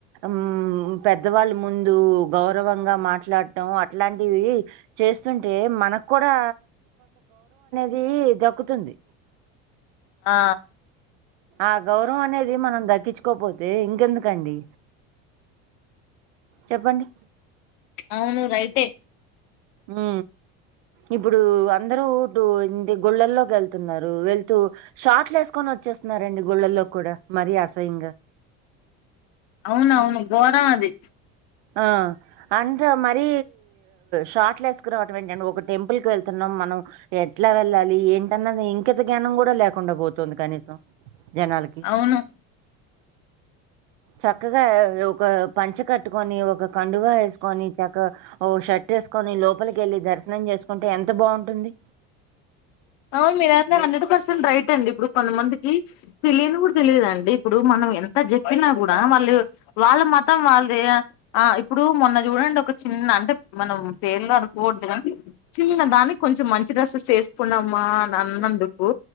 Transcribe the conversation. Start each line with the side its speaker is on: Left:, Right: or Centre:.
Right: మ్ పెద్దవాళ్ళ ముందు గౌరవంగా మాట్లాడటం అట్లాంటివి చేస్తుంటే మనకు కూడా ది దక్కుతుంది
Left: ఆ
Right: ఆ గౌరవం అనేది మనం దక్కించుకోపోతే ఇంకెందుకండి చెప్పండి
Left: అవును రైటే
Right: ఉ ఇప్పుడు అందరూ, ఇ గుళ్ళల్లోకి వెళ్తున్నారు వెళ్తూ షాట్లు వేసుకొని వచ్చేస్తున్నారండి గుళ్ళల్లో కూడా, మరీ అసహ్యంగా
Left: అవున అవును గోరం అది
Right: ఆ అంతే మరి షార్ట్లు వేసుకురావటం ఏంటి, ఒక టెంపుల్ కి వెళ్తున్నాం మనం ఎట్లా వెళ్ళాలి ఏంటన్నది ఇంకంత జ్ఞానం కూడా లేకుండా పోతుంది కనీసం జనాలకి
Left: అవును
Right: చక్కగా ఒక పంచ కట్ కట్టుకొని ఒక కండువా వేసుకొని, చక్కగా ఓ షర్ట్ వేసుకొని, లోపలికి వెళ్ళి దర్శనం చేసుకుంటే, ఎంత బాగుంటుంది.
Left: అవును మీరందరు హండ్రెడ్ పర్సెంట్ రైట్ అండి. ఇప్పుడు కొంతమందికి తెలియని కూడా తెలియదం డి. ఇప్పుడు మనం ఎంత చెప్పినా కూడా వాళ్ళు వాళ్ళ మతం వాళ్ళదే ఆ ఇప్పుడు మొన్న చూడండి. ఒక చిన్న అంటే మనం పేర్లు అనుకోవద్దు కాని, చిన్న దానికి కొంచెం మంచి డ్రెస్ చేస్త్ కున్నామ్మా అన్నందుకు